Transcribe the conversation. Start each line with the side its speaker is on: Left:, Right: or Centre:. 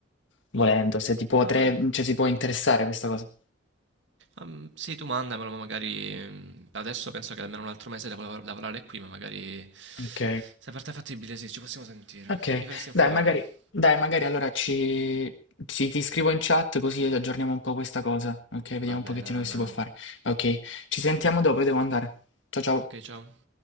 Left: volendo, se ti può,
Right: Ma
Left: tre-
Right: fa-
Left: cioè, si può interessare questa cosa.
Right: Ehm, sì, tu mandamelo, ma magari mm, adesso penso che almeno un altro mese devo lav- lavorare qui, ma magari
Left: Ok,
Right: se per te è fattibile, sì, ci possiamo sentire.
Left: ok.
Right: Mi faresti un
Left: Dai,
Right: favore?
Left: magari, dai, magari allora ci... sì, ti scrivo in chat così aggiorniamo un po' questa cosa. Ok, vediamo
Right: Va
Left: un pochettino
Right: bene,
Left: che
Right: va
Left: si
Right: bene.
Left: può fare. Ok, ci sentiamo dopo, io devo andare. Ciao ciao.
Right: Ok, ciao.